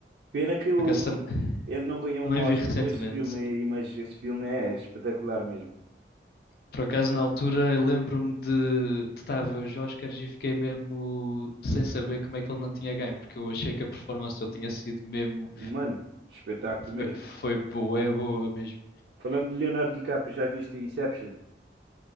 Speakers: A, on the right; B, on the left.
A: Pena que o,
B: por acaso tam-
A: ele não ganhou
B: também
A: um Oscar
B: vi recentemente.
A: com esse filme aí, mas esse filme é espetacular mesmo.
B: Por acaso, na altura, eu lembro-me de, de estar a ver os Oscars e fiquei mesmo sem saber como é que ele não tinha ganho, porque eu achei que a performance dele tinha sido mesmo.
A: Mano, espetáculo
B: Foi,
A: mesmo.
B: foi boa, é boa mesmo.
A: Falando de Leonardo DiCaprio, já viste Inception?